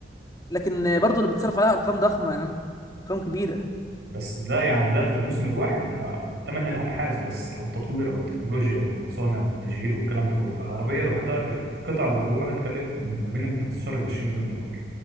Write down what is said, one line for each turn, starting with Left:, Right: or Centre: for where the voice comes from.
Left: لكن برضه اللي بتصرف عليها ارقام ضخمة يا عم ارقام كبيرة
Right: بس ده يعني
Left: يعني
Right: ده في الموسم الواحد ده تمن الابحاث بس او التطوير او التكنولوجيا والمصانع والتشغيل والكلام ده كله العربيه لوحدها ك- القطع اللي جواها هتكلف ما بين 15 ل 20 مليون دولار